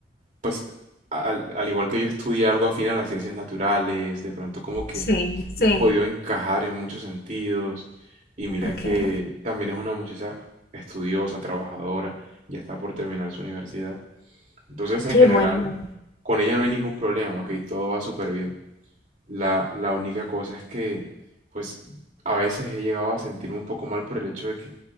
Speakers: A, on the right; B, on the left.
A: pues al, al igual que yo estudié algo afín a las ciencias naturales, de pronto como que
B: Sí, sí,
A: hemos podido encajar en muchos sentidos y mira
B: ok.
A: que también es una muchacha estudiosa, trabajadora, ya está por terminar su universidad. Entonces, en
B: Qué
A: general,
B: bueno.
A: con ella no hay ningún problema, ok, todo va súper bien. La, la única cosa es que, pues, a veces he llegado a sentirme un poco mal por el hecho de que